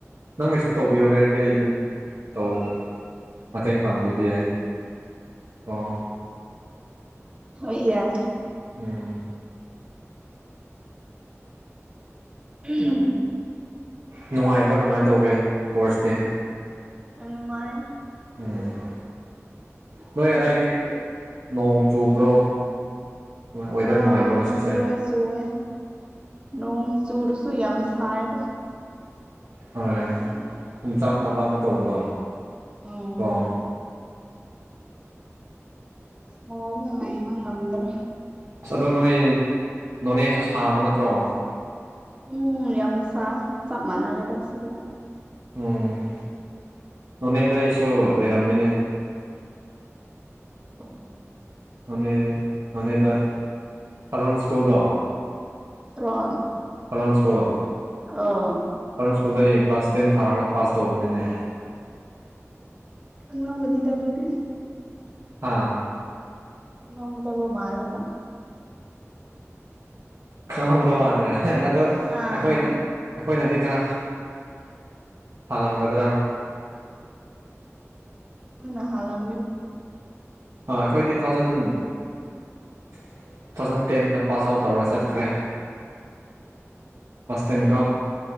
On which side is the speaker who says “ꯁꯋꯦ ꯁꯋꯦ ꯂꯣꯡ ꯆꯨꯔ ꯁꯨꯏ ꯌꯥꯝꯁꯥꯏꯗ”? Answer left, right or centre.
Right